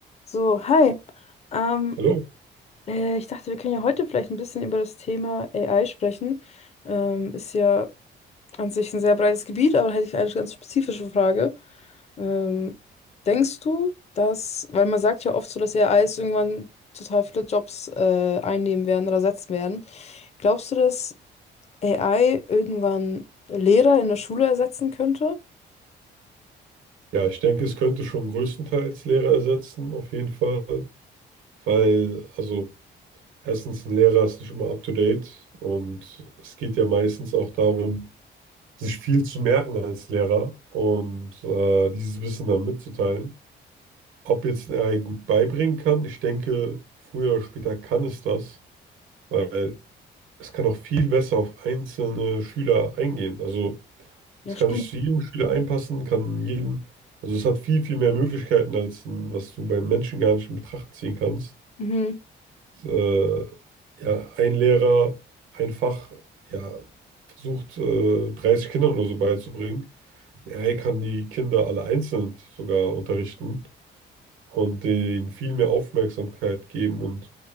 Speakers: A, on the left (about 35°); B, on the right (about 80°).
A: So, hi. Ähm,
B: Hallo.
A: äh, ich dachte, wir können ja heute vielleicht ein bisschen über das Thema AI sprechen. Ähm, ist ja an sich ein sehr breites Gebiet, aber da hätte ich eine ganz spezifische Frage. Ähm, denkst du, dass, weil man sagt ja oft so, dass AIs irgendwann total viele Jobs äh, einnehmen werden oder ersetzen werden, glaubst du, dass AI irgendwann Lehrer in der Schule ersetzen könnte?
B: Ja, ich denke, es könnte schon größtenteils Lehrer ersetzen, auf jeden Fall. Weil, also, erstens, ein Lehrer ist nicht immer up to date und es geht ja meistens auch darum, sich viel zu merken als Lehrer und äh, dieses Wissen dann mitzuteilen. Ob jetzt ein AI gut beibringen kann, ich denke, früher oder später kann es das, weil es kann auch viel besser auf einzelne Schüler eingehen. Also
A: Ja,
B: es
A: stimmt.
B: kann sich zu jedem Schüler einpassen, kann jeden, also es hat viel, viel mehr Möglichkeiten, als ein, was du beim Menschen gar nicht in Betracht ziehen kannst.
A: Mhm.
B: Äh, ja, ein Lehrer einfach, ja, versucht, äh, 30 Kindern oder so beizubringen. Ja, Er kann die Kinder alle einzeln sogar unterrichten und denen viel mehr Aufmerksamkeit geben und